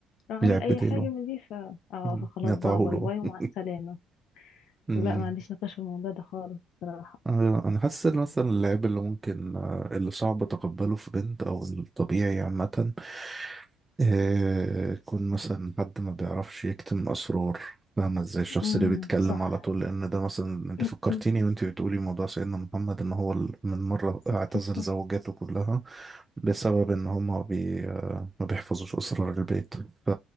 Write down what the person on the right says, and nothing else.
لعب
بديله
مم.
نقطعه
له
بقى.
مم.
آه، انا حاسس ان مثلا اللعب اللي ممكن آه، اللي صعب تقبله في بنت او الطبيعي عامة إيه كون مثلا حد ما بيعرفش يكتم أسرار فاهمة ازاي الشخص
اللي بيتكلم
على طول لأن ده مثلا اللي
فكرتيني وانت بتقولي موضوع سيدنا محمد إن هو ال- من
مرة
اعتزل
زوجاته كلها بسبب إن هما بي آه، ما بيحفظوش أسرار البيت ف